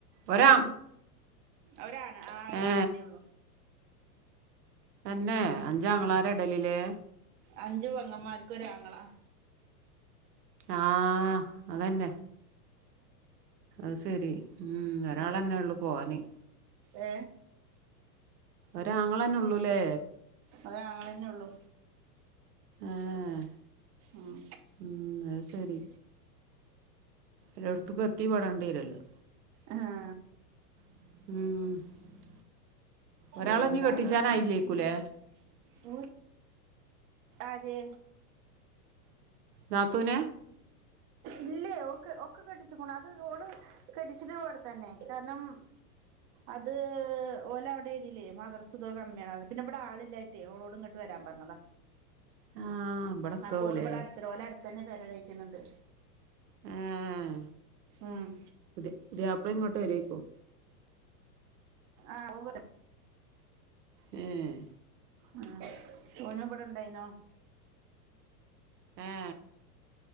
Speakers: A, on the right (about 75°); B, on the right (about 35°).
A: ഒരാ
B: ഒരാണ് ആ ഒരാണെന്നെ
A: ഏ
B: ഉള്ളൂ
A: എന്നെ അഞ്ചാങ്ങളാരെ ഇടലിലേ
B: അഞ്ചു പെങ്ങന്മാർക്ക് ഒരാങ്ങളാ
A: ആഹ് അതെന്നെ അത് ശരി ഉം ഒരാളന്നെ
B: ഉം.
A: ഉള്ളു പോന്
B: ഏ
A: ഒരാങ്ങളെന്നെ ള്ളൂലേ
B: ഒരാങ്ങളെന്നെ ഉള്ളു
A: ആഹ്
B: ഉം.
A: ഉം അത് ശരി എല്ലോട്ത്ത്ക്കും എത്തി പെടേണ്ടി വരല്ലോ
B: ആഹ്
A: ഉം ഒരാളെ
B: എന്താട
A: ഇനി കെട്ടിച്ചാനായില്ലേക്കൂലേ
B: അത് ആര്
A: നാത്തുനെ
B: ഇല്ലേ ഒക്കെ ഒക്കെ കെട്ടിച്ച്ക്ണു അത് ഓള് കെട്ടിച്ചിട്ട് ഇവിടെ തന്നെ കാരണം അത് ഓല അവിടെ എരിയേല് മദർസുംതൊക്കെ കമ്മിയാണ് പിന്നെ ഇവിടെ ആളില്ലായിട്ടെ ഓളോട്ങ്ങോട്ട് വരാ പറഞ്ഞതാ
A: ആ ഇവിടെക്കാവൂലേ
B: അപോൾ ഇവിടെ അടുത്ത ഓലെ അടുത്ത് തന്നെ പെര കേറ്റുന്നുണ്ട്
A: ഉം
B: ആഹ്
A: പുതിയാപ്പളം ഇങ്ങോട്ട് വരേക്കും
B: ആഹ്
A: ഉം
B: ഉം തോന്നെ ഇവിടെ ഇണ്ടായിന്നോ
A: ഏ